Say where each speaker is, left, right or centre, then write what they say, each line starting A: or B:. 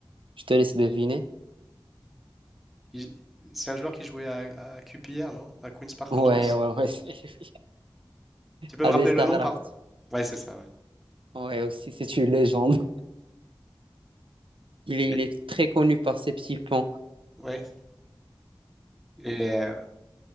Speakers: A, on the right; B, in the centre.
A: Je te laisse deviner.
B: Il- C'est un joueur qui jouait à, à QPR, non? À Queen's Park
A: Ouais,
B: Rangers?
A: ouais, ouais, <laughs> c'est lui.
B: Tu peux
A: Adel
B: me rappeler le
A: Taarabt.
B: nom, pardon? Ouais, c'est ça, ouais.
A: Ouais, aussi, c'est une légende. Il est,
B: Et,
A: il est très connu par ses petits ponts.
B: ouais. Et euh,